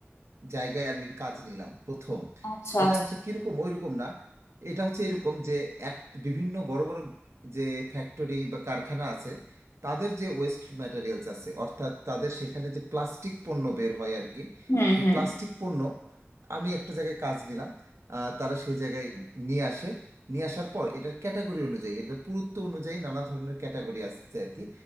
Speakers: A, on the right; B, on the left.
A: জায়গায় আমি কাজ নিলাম প্রথম
B: আচ্ছা
A: এটা
B: আচ্ছা
A: হচ্ছে কিরকম ওইরকম না এটা হচ্ছে এরকম যে এক বিভিন্ন বড় বড় যে ফ্যাক্টরি বা কারখানা আছে তাদের যে ওয়েস্ট ম্যাটেরিয়ালস আছে অর্থাৎ তাদের সেখানে যে প্লাস্টিক পণ্য বের হয় আর কি
B: হুম
A: সেই
B: হুম
A: প্লাস্টিক পণ্য আমি একটা জায়গায় কাজ নিলাম আহ, তারা সেই জায়গায় নিয়ে আসে নিয়ে আসার পর এটার ক্যাটাগরি অনুযায়ী এটার পুরুত্ব অনুযায়ী নানা ধরনের ক্যাটাগরি আছে আর কি